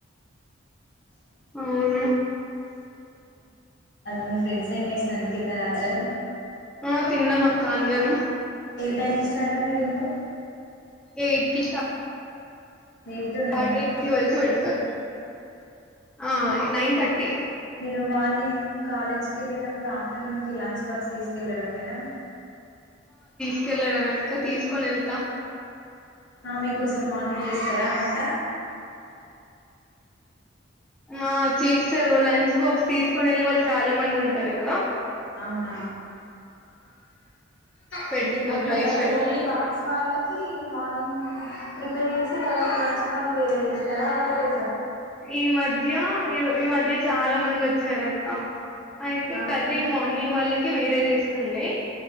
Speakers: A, in the centre; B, on the left.
A: అవును
B: మీ ఫ్రెండ్స్ ఏం చేస్తురు తిన్నారా అందరూ
A: ఆ తిన్న మక్క అందేరం
B: టైం కి స్టార్ట మీ డిన్నర్
A: ఎయిట్ క
B: ఎయిట్ టు నైనా
A: ఫార్టీ ఫిఫ్టీ ఇప్పటి వరకు పెడతారు ఆ! నైన్ థర్టీ
B: మీరు మార్నింగ్ కాలేజ్కి వెళ్ళేటప్పుడు ఆఫ్టర్నూన్ కి లంచ్ బాక్స్ తీసుకెళ్ళడమేనా
A: తీసుకెళ్ళడేమ అక్క తీసుకొని వెళ్తా
B: ఆ మీ కోసం మార్నింగ్ చేస్తారా వంట
A: ఆ చేస్తారు లంచ్ బాక్స్ తీసుకొని వెళ్ళే వాళ్ళు చాలా మంది ఉంటారు గదా
B: అవునా
A: పెడతారు
B: అన్ని అంద
A: రైస్
B: అంటే
A: పెడతారు
B: ఓన్లీ బాగ్స్ వాళ్ళకి మార్నింగ్ ప్రిపేర్ చేసి తర్వాత ఇలా మళ్లీ వేరేజేస్తారా ఒకటి
A: ఈ మధ్య ఈ ఈ మధ్య చాలా మందోచ్చారక్క అయితే
B: ఆ
A: కర్రీ మార్నింగ్ వాళ్ళకి వేరే జేస్తుండే